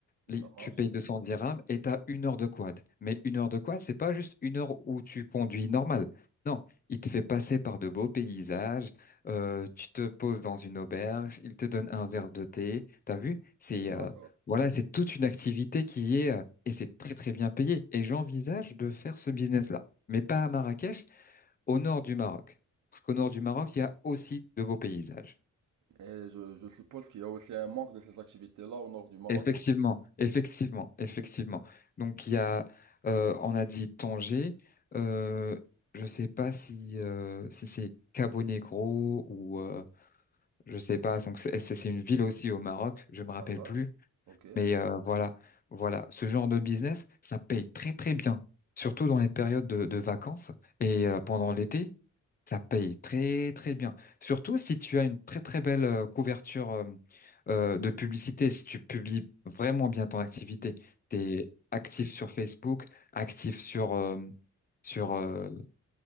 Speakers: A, on the left; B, on the right.
A: Les-
B: Ça marche.
A: Tu payes 200 dirhams et tu as une heure de quad. Mais une heure de quad, c'est pas juste une heure où tu conduis normal. Non, il te fait passer par de beaux paysages, euh, tu te poses dans une auberge, il te donne un verre de thé. T'as vu? C'est
B: D'accord.
A: euh, voilà, c'est toute une activité qui est euh, et c'est très très bien payé. Et j'envisage de faire ce business-là, mais pas à Marrakech, au nord du Maroc, parce qu'au nord du Maroc, il y a aussi de beaux paysages.
B: Et je, je suppose qu'il y a aussi un manque de ces activités-là au nord du Maroc.
A: Effectivement, effectivement, effectivement. Donc il y a, euh, on a dit Tanger. Euh, je sais pas si euh, si c'est Cabo Negro ou euh, je sais pas. Donc c'est c'est- c'est une ville aussi au Maroc. Je me rappelle
B: D'accord.
A: plus.
B: Ok.
A: Mais euh, voilà, voilà, ce genre de business, ça paye très très bien, surtout dans les périodes de, de vacances et euh, pendant l'été, ça paye très très bien. Surtout si tu as une très très belle euh, couverture euh, euh, de publicité, si tu publies vraiment bien ton activité, t'es actif sur Facebook, actif sur euh, sur euh,